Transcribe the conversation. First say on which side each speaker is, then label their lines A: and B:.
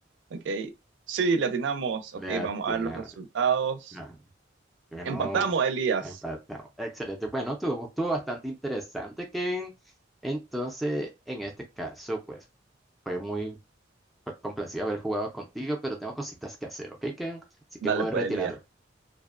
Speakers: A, on the right (about 70°); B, in the centre.
A: Ok. Sí, le atinamos. Ok,
B: Le atinaron.
A: vamos a ver los resultados.
B: Ah, Bueno,
A: Empatamos, Elías.
B: empatamos. Excelente. Bueno, estuvo, estuvo bastante interesante, Kevin. Entonces, en este caso, pues, fue muy complacido haber jugado contigo, pero tengo cositas que hacer, ¿ok, Kevin? Así
A: Dale
B: que me voy
A: pues,
B: retirando.
A: Elías.